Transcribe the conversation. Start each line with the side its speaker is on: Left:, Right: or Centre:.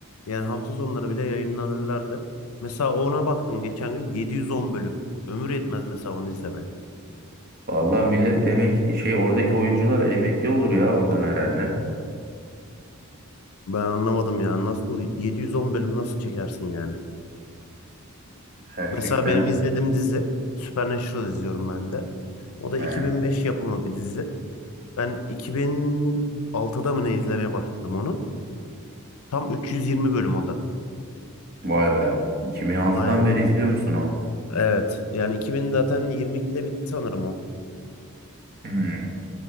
Left: Yani hafta sonları bile yayınlanırlardı. Mesela ona baktım geçen gün 710 bölüm. Ömür yetmez mesela onu izlemeye.
Right: Vallahi millet emek şey oradaki oyuncular emekli olur ya oradan herhalde.
Left: Ben anlamadım ya. Nasıl 710 bölüm nasıl çekersin yani?
Right: Gerçekten.
Left: Mesela benim izlediğim dizi Supernatural izliyorum ben de. O da
Right: Aha.
Left: 2005 yapımı bir dizi. Ben 2006'da mı ne izlemeye başladım onu? Tam 320 bölüm o da.
Right: Vay be. 2006'dan
Left: Aynen.
Right: beri izliyor musun onu?
Left: Evet. Yani 2000 zaten 22'de bitti sanırım o.
Right: Hmm.